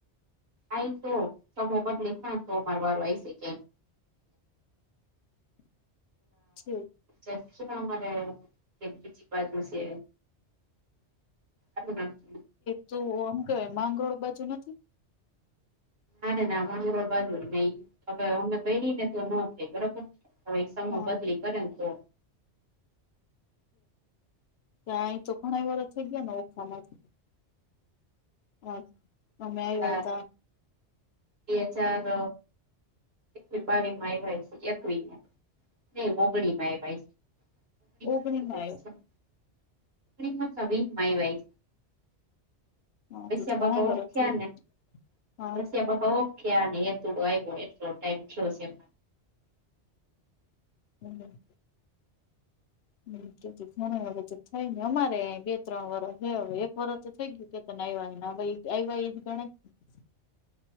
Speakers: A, on the right; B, on the left.
A: આ તો થાય તો બદલે ના તો અમાર વારો આવી શકે એમ
B: <inaudible> છે
A: એ જેમરે <inaudible> <unintelligible> એમ બીજી બાજુ છે અહં
B: તું આમ કેવાય માંગળ બાજુ નથી.
A: ના ના બંગાળ બાજુ અમે પરીને તો ન થાય બરોબર હવે સમૂહ
B: હા
A: બદલી કરે તો
B: ત્યા તો ઘણા વાર થઈ ગયા ને ઓખામાંથી હ હમ્યા
A: ચાર
B: <inaudible> વાત
A: બે હજાર એકવીસ બાવીસમાં એવાય છે એકવીસ ન મોગડી <inaudible> <unintelligible> માં એવાય છે મોગમાં
B: ઓગણીમાં
A: ન <unintelligible> માં સ માય <inaudible> વાઈ
B: આવ્યા
A: વસ્યા
B: ઘણા
A: બાપા
B: વર્ષ
A: ઓફ થયા
B: થઈ
A: ને
B: હા
A: વૈસિયા બાપા ઓફ ગયા એતુંડ આવ એટલો ટાઈમ થયો.
B: હમ. હમ કેું ઘને હવે તો થાય ને અમારે બે ત્રણ વર્ષ હવે એક વર્ષ તો થઈ ગયું ને ભાઈ જ ગણ <inaudible> <unintelligible>